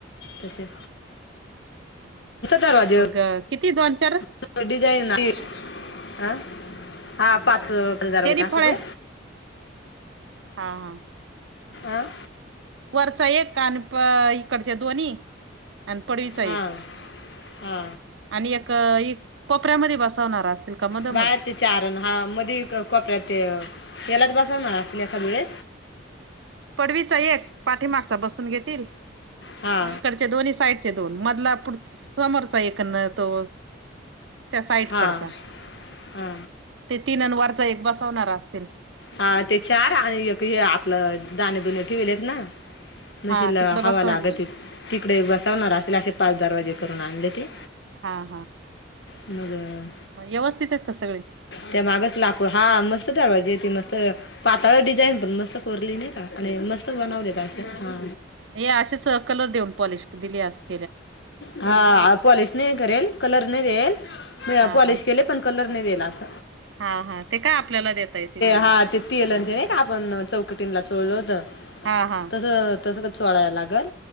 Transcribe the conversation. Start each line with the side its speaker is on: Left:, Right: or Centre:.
Left: तसे
Right: हा हा.
Left: दरवाजे
Right: मग
Left: व
Right: किती दोन चारच
Left: डिझाईन
Right: हा
Left: <unintelligible>
Right: ना
Left: अ हा पाच हजार
Right: त्यानी
Left: त
Right: फळे
Left: ते
Right: हा हा
Left: अं
Right: वरचा एक आणि इकडच्या दोन्ही आणि पडवीचा
Left: हा
Right: एक
Left: हा
Right: आणि एक एक कोपऱ्यामध्ये बसवणार त का मदमद
Left: बाहेरचे चारण हा मध कपऱ्यात शला द बसा ना अस खाबळे
Right: पडवीचा एक पाठीमागचा बसून घेतील
Left: हा
Right: आणि इकडचे दोन्ही साईड दोन मधलाढ समोरचा एक तो त्या साईडकडचा
Left: हा हा
Right: ते तीन अनवारचा एक बसवणारा असतील.
Left: हा ते चार आणि एक हे आपलं दाणे दुणे ठेवलेत ना. मशीला
Right: हा तिकडं
Left: हवा
Right: बसवायचे
Left: लागत तिकडे बसावणार असेल असे पाच दारवाजे करून आणले ते
Right: हा हा
Left: मग अं,
Right: म व्यवस्थित आहेत का सगळे?
Left: त्या मागच लाकूड हा मस्त ठरवायजे त मस्त पातळ डिझाईन पण मस्त कोरली नता आणि मस्तक बनावलेता ह
Right: या असेच कलर देऊन पॉलिश दिली असते.
Left: हा पॉलिश नाही करेल कलर नाही देल
Right: हा
Left: पॉलिश
Right: हा
Left: केले पण कलर नाही दिला अस
Right: हा हा ते काय आपल्याला देता येतील.
Left: हा ते ल नाही ना आपण चौकटीं ला चोलो होत.
Right: हा हा.
Left: तसं तसं का सोळायला लागल.